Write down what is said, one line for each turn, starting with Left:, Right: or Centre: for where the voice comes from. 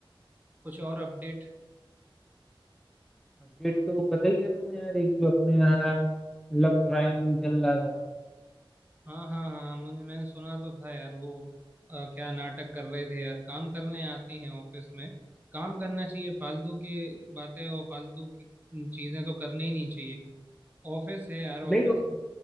Right: कुछ और अपडेट
Centre: अपडेट तो पता ही है तुम्हें यार एक जो अपने यहाँ लव ट्रायंगल चल रहा था
Right: हाँ हाँ हाँ मुझे मैंने सुना तो था यार वो अ, क्या नाटक कर रहे थे यार काम करने आते हैं ऑफिस में काम करना चाहिए फालतू की बातें और फालतू की चीजें तो करनी ही नहीं चाहिए ऑफिस है यार ऑफिस
Centre: नहीं
Right: को